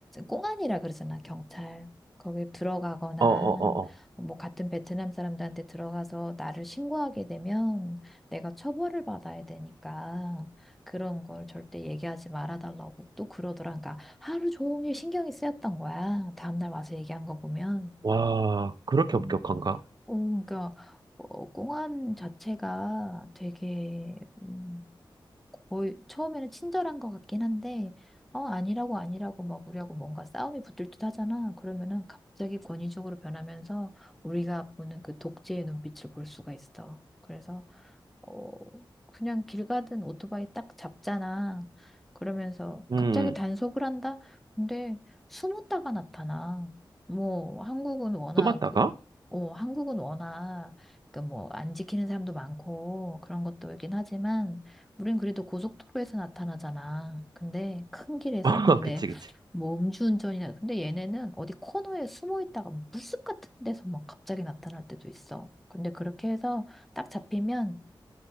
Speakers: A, in the centre; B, on the right.
A: 꽁안이라 그러잖아, 경찰. 거기 들어가거나,
B: 어, 어, 어.
A: 뭐, 같은 베트남 사람들한테 들어가서 나를 신고하게 되면 내가 처벌을 받아야 되니까 그런 걸 절대 얘기하지 말아달라고 또 그러더라. 그러니까 하루 종일 신경이 쓰였던 거야. 다음날 와서 얘기한 거 보면.
B: 와, 그렇게
A: 음.
B: 엄격한가?
A: 어, 그러니까 어, 꽁안 자체가 되게 음, 거의 처음에는 친절한 것 같긴 한데 어 아니라고 아니라고 막 우리하고 뭔가 싸움이 붙을 듯 하잖아. 그러면은 갑자기 권위적으로 변하면서 우리가 보는 그 독재의 눈빛을 볼 수가 있어. 그래서 어, 그냥 길 가든 오토바이 딱 잡잖아. 그러면서
B: 음,
A: 갑자기 단속을 한다? 근데 숨었다가 나타나. 뭐, 한국은 워낙
B: 쏘봤다가?
A: 그, 어, 한국은 워낙 그 뭐, 안 지키는 사람도 많고 그런 것도 있긴 하지만, 우린 그래도 고속도로에서 나타나잖아. 근데 큰 길에서.
B: <laughs>
A: 근데
B: 그치, 그치.
A: 뭐 음주운전이나, 근데 얘네는 어디 코너에 숨어 있다가 물숲 같은 데서 막 갑자기 나타날 때도 있어. 근데 그렇게 해서 딱 잡히면